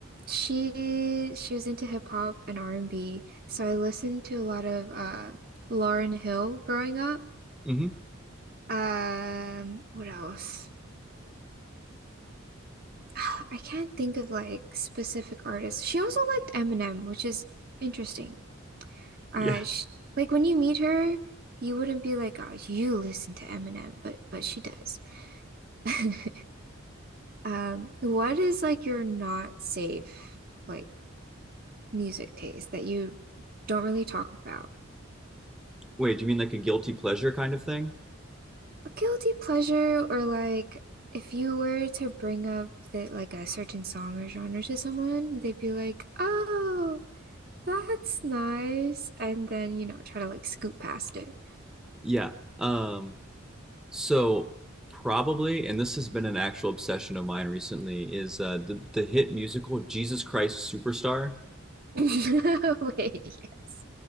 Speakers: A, on the right; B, in the centre.
A: she she was into hip hop and R&B. So I listened to a lot of uh Lauryn Hill growing up.
B: mm-hmm.
A: Um, what else? <sighs> I can't think of like specific artists. She also liked Eminem, which is interesting
B: Yeah.
A: Uh, sh like when you meet her, you wouldn't be like, "Oh, you listen to Eminem," but but she does. <laughs> Um, what is like your not safe like music taste that you don't really talk about?
B: Wait, do you mean like a guilty pleasure kind of thing?
A: A guilty pleasure or like if you were to bring up that like a certain song or genre to someone, they'd be like, "Oh, that's nice," and then you know try to like scoot past it.
B: Yeah. Um, So probably, and this has been an actual obsession of mine recently, is uh, the the hit musical Jesus Christ Superstar.
A: <laughs> Wait, yes,